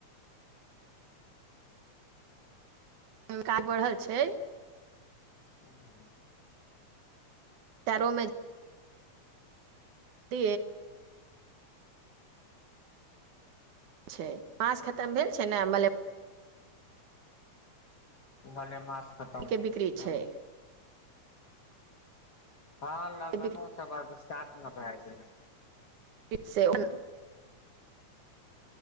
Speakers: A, on the right; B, on the left.
A: हनका बढ़ल छै।
B: ह।
A: शरोमे अ छै। माँस खतम भेल छै ने नहि भल
B: भल मछ ह
A: के बिक्री
B: हँ।
A: छै
B: हँ लगनो
A: बिक्री
B: सब अभि साातमे भए गेलै।
A: फ से उ।